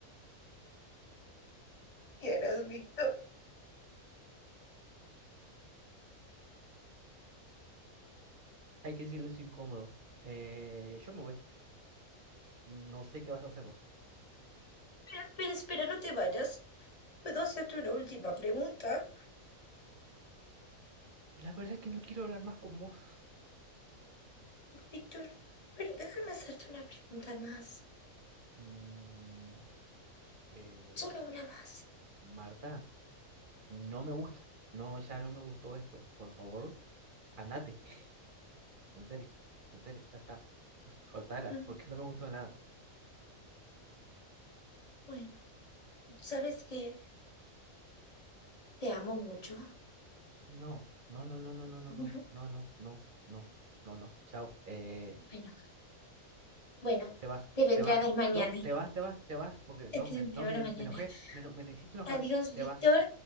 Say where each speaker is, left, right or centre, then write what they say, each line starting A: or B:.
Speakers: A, on the left; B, on the right.
A: ¿Quieres, Víctor?
B: Hay que silencio incómodo. Eh, yo me voy, no sé qué vas a hacer vos.
A: Espera, espera, espera, no te vayas. ¿Puedo hacerte una última pregunta?
B: La verdad es que no quiero hablar más con vos.
A: Víctor, pero déjame hacerte una pregunta más.
B: Mm, eh,
A: Solo una más.
B: Marta, no me gusta, no, ya no me gustó esto, por favor, andate, <laughs> en serio, en serio, ya está, cortala,
A: Mm,
B: porque no me gustó nada.
A: Bueno, sabes que te amo mucho.
B: No, no, no, no, no, no, no, no,
A: Ujú,
B: no, no, no, no, no, no, chao. Eh,
A: Bueno, bueno,
B: te vas,
A: te vendré
B: te vas,
A: a ver mañana.
B: no,
A: <laughs>
B: te vas, te vas, te vas, porque no,
A: Te
B: me,
A: vendré
B: no,
A: a
B: me,
A: ver mañana.
B: me enojé, me, eno- me hiciste enojar,
A: Adiós, Víctor.
B: te vas,